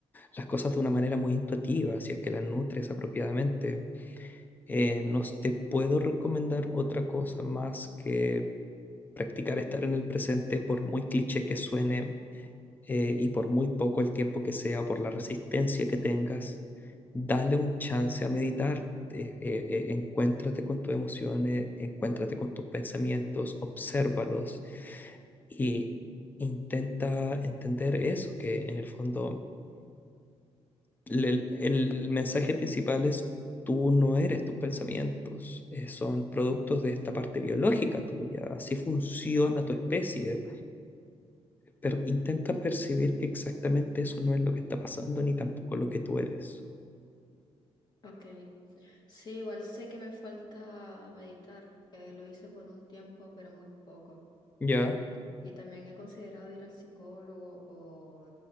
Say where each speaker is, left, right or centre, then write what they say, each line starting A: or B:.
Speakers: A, on the left (about 15°); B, on the left (about 40°).
A: las cosas de una manera muy intuitiva, si es que las nutres apropiadamente. Eh, no te puedo recomendar otra cosa más que practicar estar en el presente, por muy cliché que suene, eh, y por muy poco el tiempo que sea o por la resistencia que tengas, dale un chance a meditar. eh, eh, eh, encuéntrate con tus emociones, encuéntrate con tus pensamientos, obsérvalos y intenta entender eso, que en el fondo el, el mensaje principal es tú no eres tus pensamientos, eh, son productos de esta parte biológica tuya, así funciona tu especie, pero intenta percibir que exactamente eso no es lo que está pasando ni tampoco lo que tú eres.
B: Ok. Sí, igual sé que me falta meditar, eh, lo hice por un tiempo, pero muy poco.
A: Ya,
B: Y, y también he considerado ir al psicólogo o